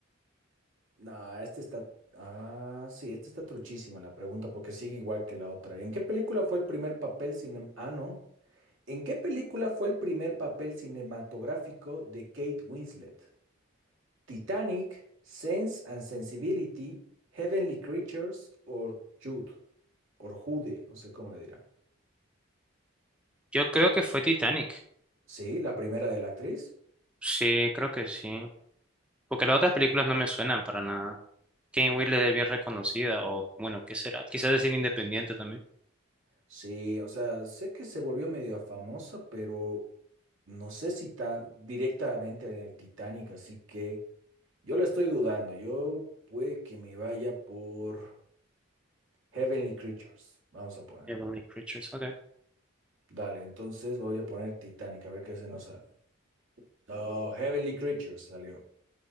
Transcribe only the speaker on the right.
No, este está. Ah, sí, este está truchísima la pregunta porque sigue igual que la otra. ¿En qué película fue el primer papel cine... Ah, no. ¿En qué película fue el primer papel cinematográfico de Kate Winslet? ¿Titanic, Sense and Sensibility, Heavenly Creatures o Jude? O Jude, no sé cómo le dirán.
Sí, la primera de la actriz.
Sí, o sea, sé que se volvió medio famosa, pero no sé si tan directamente en el Titanic, así que. Yo la estoy dudando. Yo puede que me vaya por Heavenly Creatures. Vamos a poner.
Dale, entonces voy a poner Titanic, a ver qué se nos sale. No, Heavenly Creatures salió.